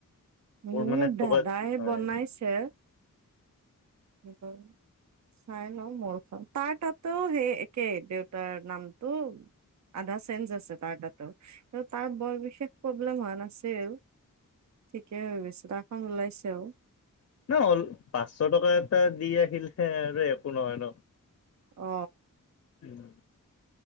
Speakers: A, on the right; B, on the left.
A: মোৰ
B: মানে ক'বাত
A: দাদাই
B: হয়।
A: বনাইছে <unintelligible> চাই লওঁ মোৰখন, তাৰ তাতো সেই একেই দেউতাৰ নাম উম, আদাৰ চেন্স আছে তাৰ তাতেও কিন্তু তাৰ বৰ বিশষটো প্ৰব্লেম হোৱা নাছিল, ঠিকেই বিছনাখন ওলাইছে আৰু।
B: দিলে হল পাঁচশ টকা এটা দি আহিলে আৰু একো নহয় ন
A: অ।
B: উ <unintelligible>